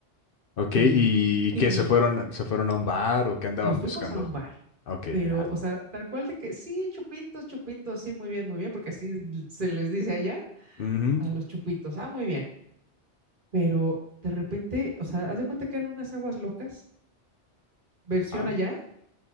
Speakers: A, on the left (about 60°); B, on the right (about 45°).
A: Ok,
B: El
A: ¿y, y
B: Kirill,
A: qué? ¿Se fueron, se fueron a un bar o qué andaban
B: nos
A: buscando?
B: fuimos a un bar,
A: Ok,
B: pero,
A: ajá.
B: o sea, tal cual de que, sí, chupitos, chupitos, sí, muy bien, muy bien, porque así se les dice allá
A: Ujú,
B: a los chupitos, ah, muy bien, pero de repente, o sea, haz de cuenta que eran unas aguas locas, versión
A: Ajá.
B: allá,